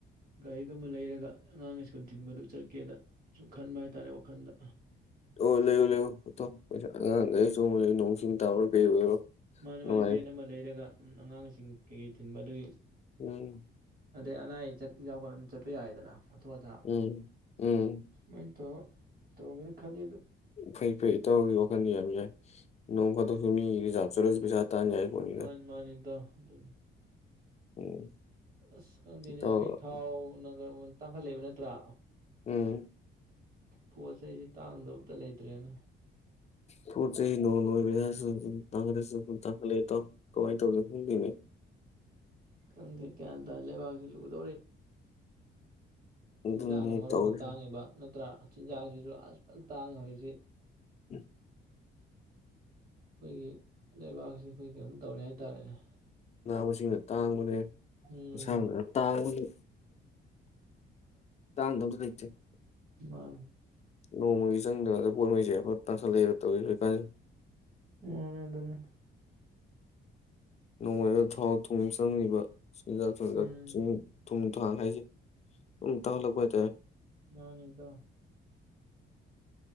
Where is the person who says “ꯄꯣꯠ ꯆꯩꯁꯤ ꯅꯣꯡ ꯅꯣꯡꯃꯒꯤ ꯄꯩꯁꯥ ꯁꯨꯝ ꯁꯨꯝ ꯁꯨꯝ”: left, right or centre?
Left